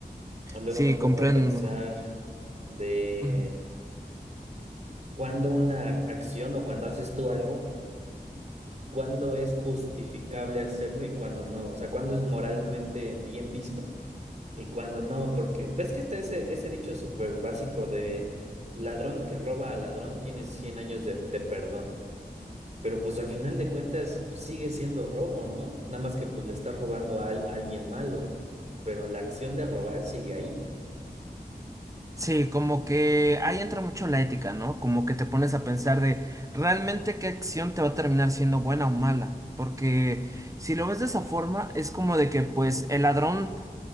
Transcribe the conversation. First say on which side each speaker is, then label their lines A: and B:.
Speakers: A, on the right (about 45°); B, on the right (about 20°).
A: O luego
B: Sí,
A: me pongo
B: comprendo.
A: a pensar de
B: Ujú.
A: cuándo una acción o cuando haces tú algo, cuándo es justificable hacerlo y cuándo no, o sea, cuándo es moralmente bien visto y cuando no, porque ves que está ese, ese dicho súper básico de ladrón que roba a ladrón tiene 100 años de, de perdón, pero pues al final de cuentas sigue siendo robo, ¿no? Nada más que pues le estás robando a, al- a alguien malo, pero la acción de robar sigue ahí.
B: Sí, como que ahí entra mucho la ética, ¿no? Como que te pones a pensar de realmente qué acción te va a terminar siendo buena o mala. Porque si lo ves de esa forma, es como de que pues el ladrón